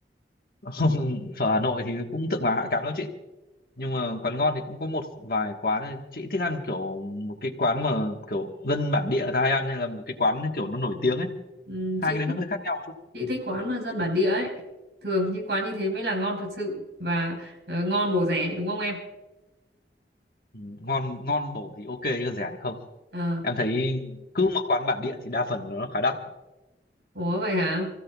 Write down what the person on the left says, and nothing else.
<laughs> phở Hà Nội thì cũng thượng vàng hạ cám lắm chị nhưng mà quán ngon thì cũng có một vài quán này. chị thích ăn kiểu một cái quán mà kiểu dân bản địa người ta hay ăn hay là một cái quán kiểu nó nổi tiếng ấy
hai
cái đấy
nó hơi khác nhau một chút
ừ, ngon ngon bổ thì ok còn rẻ thì không
em thấy cứ một quán bản địa thì đa phần nó khá đắt